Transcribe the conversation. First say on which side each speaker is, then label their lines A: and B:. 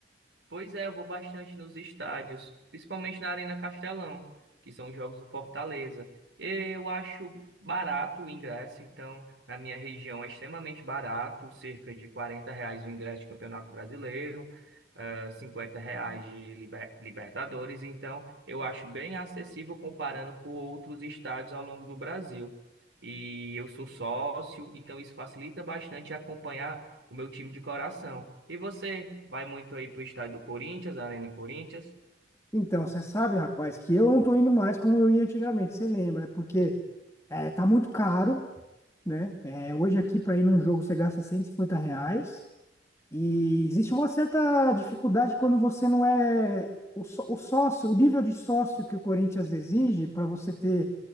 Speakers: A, on the right; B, on the left.
A: Pois é, eu vou bastante nos estádios, principalmente na Arena Castelão, que são os jogos do Fortaleza. Eu acho barato o ingresso, então na minha região é extremamente barato, cerca de 40 reais o ingresso de Campeonato Brasileiro, eh, 50 reais de Liber- Libertadores, então eu acho bem acessível comparando com outros estádios ao longo do Brasil. E eu sou sócio, então isso facilita bastante acompanhar o meu time de coração. E você vai muito aí pro estádio do Corinthians, Arena Corinthians?
B: Então, você sabe, rapaz, que eu não tô indo mais como eu ia antigamente, você lembra? Porque é, tá muito caro, né? É, hoje aqui para ir num jogo você gasta cento e cinquenta reais e existe uma certa dificuldade quando você não é o, só- o sócio, o nível de sócio que o Corinthians exige para você ter